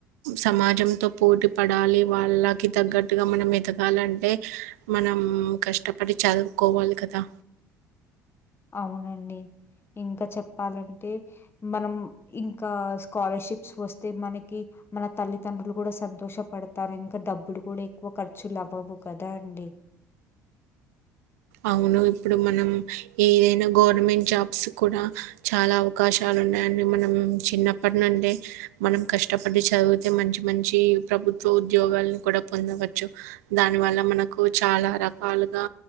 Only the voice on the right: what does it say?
సమాజంతో పోటీ పడాలి వాళ్ళకి తగ్గట్టుగా మనం ఎదగాలం అంటే మనం కష్టపడి చదువుకోవాలి కదా
అవును ఇప్పుడు మనం ఏదైనా గవర్నమెంట్ జాబ్స్ కూడా చాలా అవకాశాలు ఉన్నాయడి మనం చిన్నప్పటి నుండే మనం కష్టపడి చదివితే మంచి మంచి ప్రభుత్వ ఉద్యోగాల్లను కూడా పొందవచ్చు దాని వల్ల మనకు చాలా రకాలుగా